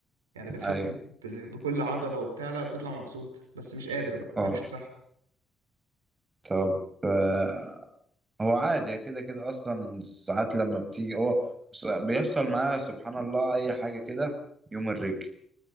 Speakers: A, on the right; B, on the right.
A: يعني بتحس
B: ايوه
A: بال- بكل عضله وبتاع لا بتطلع مبسوط بس مش قادر بقى
B: اه
A: فاكش صح
B: طب آه. هو عادي كده كده اصلا ساعات لما بتيجي هو س- بيحصل معايا سبحان الله اي حاجة كده يوم الرجل